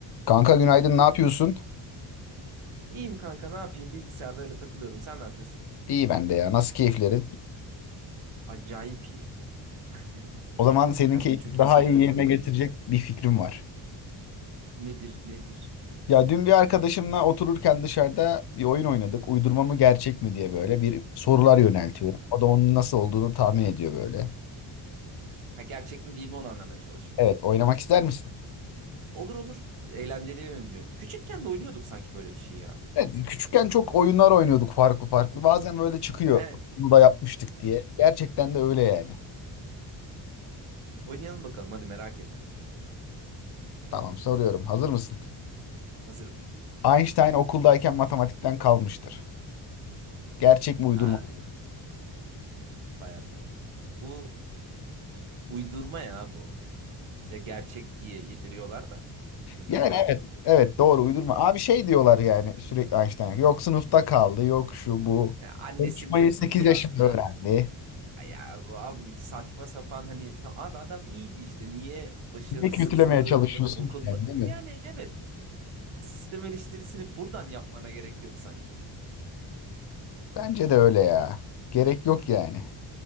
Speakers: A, on the left; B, on the right.
A: Kanka günaydın, ne yapıyorsun?
B: İyiyim kanka ne yapayım bilgisayarda öyle takılıyordum. Sen ne yapıyorsun?
A: İyi ben de ya. Nasıl keyiflerin?
B: Acayip iyi. <laughs>
A: O zaman senin
B: Kendimi
A: keyfini
B: çok
A: daha
B: iyi hissediyorum
A: iyi yerine
B: son zamanlarda.
A: getirecek bir fikrim var.
B: Nedir nedir?
A: Ya dün bir arkadaşımla otururken dışarıda bir oyun oynadık. Uydurma mı gerçek mi diye böyle bir sorular yöneltiyorum. O da onun nasıl olduğunu tahmin ediyor böyle.
B: Ha, gerçek mi değil mi onu anlamaya çalışıyor.
A: Evet, oynamak ister misin?
B: Olur olur. Eğlenceliye benziyor. Küçükken de oynuyorduk sanki böyle bir şey ya.
A: Evet, küçükken çok oyunlar oynuyorduk farklı farklı. Bazen böyle çıkıyor.
B: Evet.
A: Bunu da yapmıştık diye. Gerçekten de öyle yani.
B: Oynayalım bakalım hadi merak et.
A: Tamam soruyorum. Hazır mısın?
B: Hazırım.
A: Einstein okuldayken matematikten kalmıştır. Gerçek mi uydurma
B: Ha
A: mı?
B: vay arkadaş. Bu uydurma ya bu. Bize gerçek diye yediriyorlar da. Uydurma
A: Yani
B: bence.
A: evet, evet doğru uydurma. Abi şey diyorlar yani sürekli Einstein. Yok sınıfta kaldı, yok şu bu.
B: Ha, annesi
A: Konuşmayı
B: mektup
A: 8
B: yazdı.
A: yaşında öğrendi.
B: Ya bu abi saçma sapan hani tam, abi adam iyiydi işte niye başarısızdı
A: Niye kötülemeye çalışıyorsun
B: bakın okulda
A: ki yani değil mi?
B: yani evet sistem eleştirisini buradan yapmana gerek yok sanki.
A: Bence de öyle ya. Gerek yok yani.